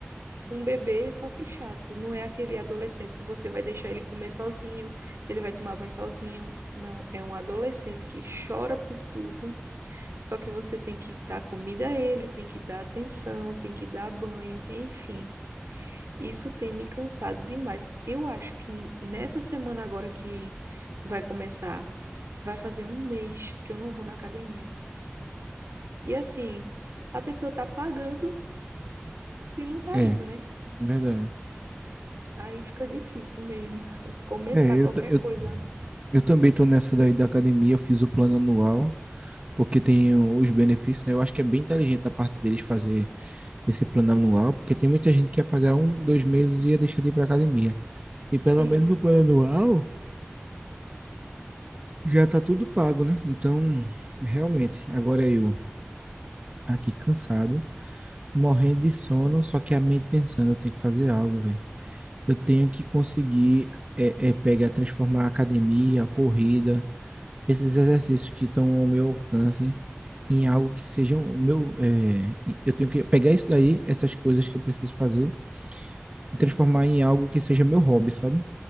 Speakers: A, on the right; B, on the right.
A: Um bebê, só que chato. Não é aquele adolescente que você vai deixar ele comer sozinho, que ele vai tomar banho sozinho. Não, é um adolescente que chora por tudo. Só que você tem que dar comida a ele, tem que dar atenção, tem que dar banho, enfim. Isso tem me cansado demais. Eu acho que nessa semana agora que vai começar, vai fazer um mês que eu não vou na academia. E assim, a pessoa tá pagando e não tá
B: É,
A: indo, né?
B: verdade.
A: Aí fica difícil mesmo <laughs> começar
B: É,
A: qualquer
B: eu, ta- eu,
A: coisa.
B: eu também tô nessa daí da academia, eu fiz o plano anual, porque tem os benefícios, né? Eu acho que é bem inteligente da parte deles fazer esse plano anual, porque tem muita gente que ia pagar um, dois meses e ia deixar de ir pra academia. E pelo
A: Sim,
B: menos no plano anual já tá tudo pago, né? Então, realmente, agora eu aqui cansado, morrendo de sono, só que a mente pensando, eu tenho que fazer algo, velho. Eu tenho que conseguir é, é, pegar, transformar a academia, a corrida, esses exercícios que estão ao meu alcance em algo que sejam o meu. é, eu tenho que pegar isso daí, essas coisas que eu preciso fazer, e transformar em algo que seja meu hobby, sabe?